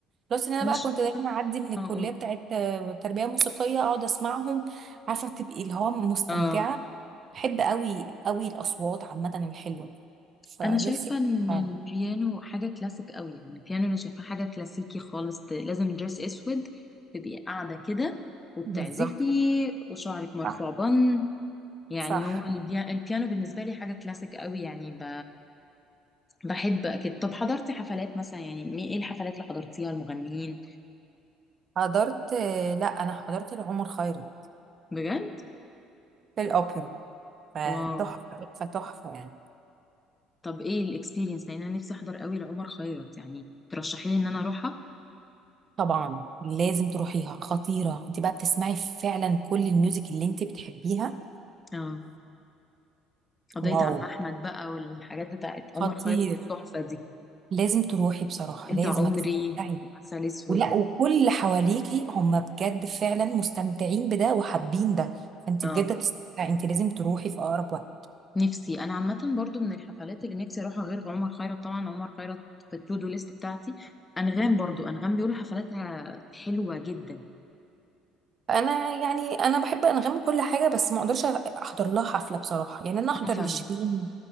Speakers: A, on the right; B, on the left.
A: بلس ان انا
B: انا
A: بقى
B: شايفة
A: كنت دايما اعدي من الكليه
B: اه قولي.
A: بتاعت آه، تربيه موسيقيه اقعد اسمعهم عارفه بتبقي اللي هو مستمتعه
B: اه
A: بحب قوي قوي الاصوات عامه الحلوه فنفسي
B: انا شايفة ان
A: آه،
B: البيانو حاجة كلاسيك قوي يعني البيانو انا شايفة حاجة كلاسيكي خالص ت- لازم دريس اسود تبقي قاعدة كده وبتعزفي
A: بالظبط
B: وشعرك مرفوع
A: صح
B: بن يعني
A: صح
B: هو البيا- البيانو بالنسبة لي حاجة كلاسيك قوي يعني ب... بحب أكيد طب حضرتي حفلات مثلا يعني مي- إيه الحفلات اللي حضرتيها المغنيين
A: حضرت آه، لا انا حضرت لعمر خيرت
B: بجد؟
A: في الاوبرا فتحفه
B: واو
A: فتحفه يعني
B: طب ايه الاكسبيرينس لان انا نفسي احضر قوي لعمر خيرت يعني ترشحي لي ان انا اروحها
A: طبعا لازم تروحيها خطيره انت بقى بتسمعي فعلا كل الميوزك اللي انت بتحبيها
B: اه قضية
A: واو
B: عم احمد بقى والحاجات بتاعت
A: خطير
B: عمر خيرت التحفة دي
A: لازم تروحي بصراحه
B: انت
A: لازم
B: عمري
A: هتستمتعي
B: عسل اسود
A: ولا وكل اللي حواليكي هم بجد فعلا مستمتعين بده وحابين ده فانت
B: اه
A: بجد تستمتعي انت لازم تروحي في اقرب وقت
B: نفسي انا عامة برضو من الحفلات اللي نفسي اروحها غير عمر خيرت طبعا عمر خيرت في التو دو ليست بتاعتي انغام برضو انغام بيقولوا حفلاتها حلوة جدا
A: انا يعني انا بحب انغام وكل حاجه بس ما اقدرش احضر لها حفله بصراحه يعني انا احضر
B: انا فاهمة
A: لشيرين